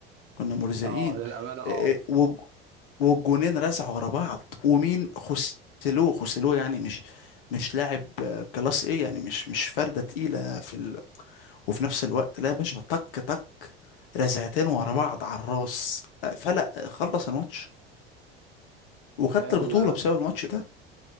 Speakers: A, on the left; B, on the right.
A: كنا مرزقين
B: اه للامانه اه
A: إيه إيه، والج- والجونين رزعوا ورا بعض ومين خسلوه خسلوه يعني مش مش لاعب آه، كلاس ايه يعني مش مش فردة تقيلة في ال... وفي نفس الوقت لا يا باشا طك طك رزعتين ورا بعض على الراس آه، فلا خلص الماتش وخدت
B: هي ال-
A: البطولة بسبب الماتش ده